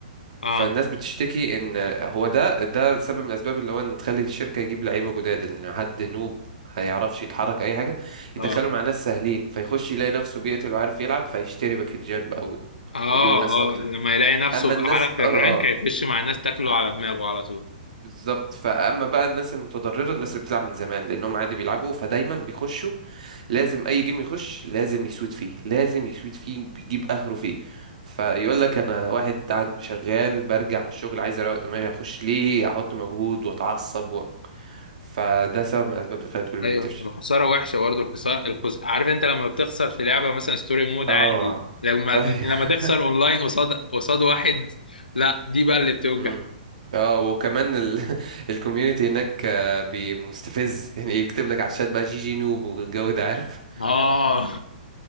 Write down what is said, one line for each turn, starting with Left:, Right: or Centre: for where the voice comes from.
Left: اه
Right: فالناس بتشتكي ان هو ده ده سبب من الاسباب اللي هو ان تخلي الشركه يجيب لعيبه جداد ان حد نوب هيعرفش يتحرك اي حاجه يدخله
Left: اه
Right: مع ناس سهلين فيخش يلاقي نفسه بيقتل وعارف يلعب فيشتري باكجات بقى و-
Left: اه
Right: ويجيبوا ناس اكتر
Left: اه لما يلاقي نفسه
Right: اما الناس
Left: اعلى في
Right: اه
Left: الرانك
Right: اه
Left: هيخش مع الناس تاكله على دماغه على طول
Right: بالظبط فاما بقى الناس المتضرره الناس اللي بتلعب من زمان لانهم عادي بيلعبوا فدايما بيخشوا لازم اي جيم يخش لازم يسود فيه لازم يسود فيه بيجيب اخره فيه فيقول لك انا واحد عند شغال برجع من الشغل عايز اروق دماغي اخش ليه احط مجهود واتعصب و... فده سبب من الاسباب اللي خلت كل فيديو
Left: ايوه
Right: تفشل
Left: الخساره وحشه برضه الخساره الخس... عارف انت لما بتخسر في لعبه مثلا ستوري مود
Right: اه
Left: عادي لما
Right: ايوه
Left: لما تخسر اونلاين قصاد قصاد واحد لا دي بقى اللي
Right: <laughs>
Left: بتوجع
Right: امم اه وكمان ال... <laughs> الكوميونتي هناك آه، بي- مستفز يعني يكتب لك على الشات بقى جي جي نوب والجو ده عارف
Left: اه